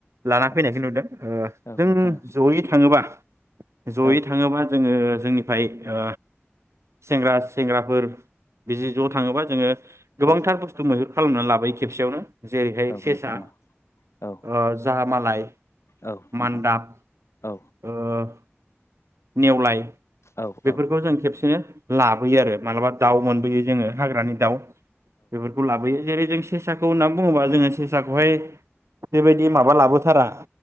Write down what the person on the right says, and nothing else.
लाना
फैनायखौ नुदों ओ
जों
जयै थाङोबा जयै
थाङोबा जोङो जोंनि ओमफाय ओ सेंग्रा सेंग्राफोर बिजि ज' थाङोबा जोङो गोबांथार
बुस्थु मैहुर उम लाबोयो खेबसेयावनो जेरैहाय
सेसा
ओ जाहामालाय
मान्दाब
ओ । नेवलाय ।
बेफोरखौ जों खेबसेनो लाबोयो आरो मालाबा दाउ मोनबोयो जोङो हाग्रानि दाउ बेफोरखौ लाबोयो जेरै जों । सेसाखौ ना बुङोबा जोङो सेसाखौहाय बेबायदि माबा लाबोथारा